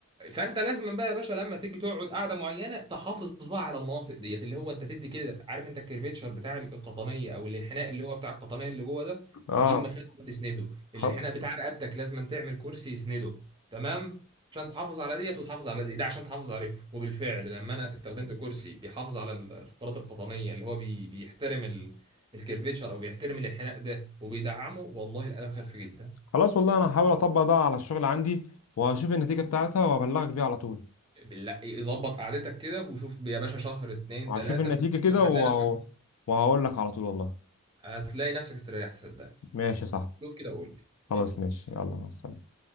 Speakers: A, on the right; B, on the left.
A: فانت لازم بقى يا باشا لما تيجي تقعد قعده معينه تحافظ بقى على المناطق ديت اللي هو انت تدي كده عارف انت الكرفيتشر بتاع القطنيه او الانحناء اللي هو بتاع القطنيه اللي جوه ده
B: اه
A: تجيب مخده وتسنده الانحناء
B: خلاص
A: بتاع رقبتك لازم تعمل كرسي يسنده تمام عشان تحافظ على ديت وتحافظ على دي ده عشان تحافظ عليه وبالفعل لما انا استخدمت كرسي بيحافظ على الفقرات القطنيه اللي هو بي... بيحترم ال... الكرفيتشر او بيحترم الانحناء ده وبيدعمه والله الالم خف جدا
B: خلاص والله انا هحاول اطبق ده على الشغل عندي وهشوف النتيجه بتاعتها وابلغك بيها على طول
A: بالله يظبط قعدتك كده وشوف يا باشا شهر اتنين
B: هشوف
A: تلاتة
B: النتيجه
A: شوف
B: كده
A: هتلاقي
B: و...
A: نفسك
B: وهقول لك على طول والله
A: هتلاقي نفسك استريحت صدقني
B: ماشي يا صاحبي
A: شوف كده وقول لي
B: خلاص ماشي
A: بيس
B: يلا مع السلامه